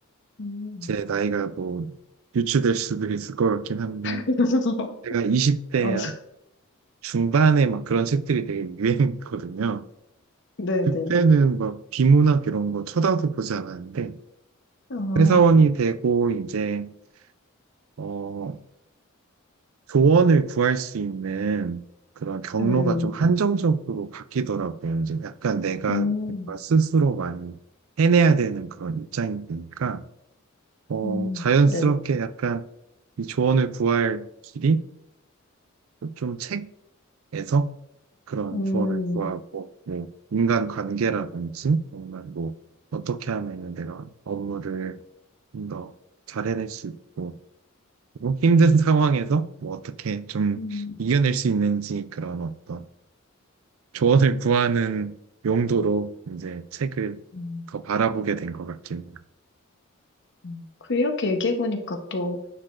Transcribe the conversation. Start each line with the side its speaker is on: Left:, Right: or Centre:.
Left: 음.
Right: 제 나이가 뭐, 유추될 수도 있을 것 같긴 한데,
Left: <laughs>
Right: 제가 20대
Left: 어,
Right: 중반에 막 그런 책들이 되게 유행했거든요.
Left: 네네.
Right: 그때는 막 비문학 이런 거 쳐다도 보지 않았는데,
Left: 어,
Right: 회사원이 되고, 이제, 어, 조언을 구할 수 있는 그런 경로가
Left: 음,
Right: 좀 한정적으로 바뀌더라고요. 이제 약간 내가
Left: 음,
Right: 뭔가 스스로 많이 해내야 되는 그런 입장이 되니까, 어,
Left: 음.
Right: 자연스럽게
Left: 네.
Right: 약간 이 조언을 구할 길이 좀 책에서 그런
Left: 음.
Right: 조언을 구하고, 뭐, 인간 관계라든지, 정말 뭐, 어떻게 하면은 내가 업무를 좀 더 잘 해낼 수 있고, 뭐 힘든 <laughs> 상황에서 뭐 어떻게 좀
Left: 음.
Right: 이겨낼 수 있는지 그런 어떤 조언을 구하는 용도로 이제 책을
Left: 음.
Right: 더 바라보게 된 것 같긴 해요.
Left: 음. 그 이렇게 얘기해보니까 또